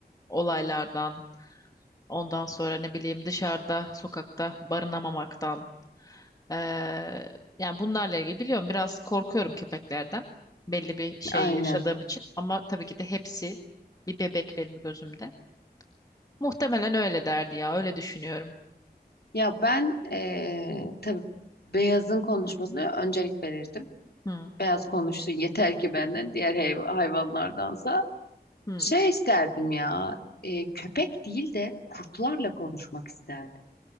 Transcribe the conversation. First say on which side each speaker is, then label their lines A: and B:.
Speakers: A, on the left; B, on the left.
A: olaylardan, ondan sonra ne bileyim dışarıda, sokakta barınamamaktan. eee, yani bunlarla ilgili biliyorum biraz korkuyorum köpeklerden. Belli bir şey
B: Aynen.
A: yaşadığım için ama tabii ki de hepsi bir bebek benim gözümde. Muhtemelen öyle derdi ya, öyle düşünüyorum.
B: Ya ben eee tabii beyazın konuşmasına öncelik verirdim.
A: Hı
B: Beyaz konuşsun yeter ki benden diğer hayv- hayvanlardansa.
A: hı
B: Şey isterdim ya eee, köpek değil de kurtlarla konuşmak isterdim.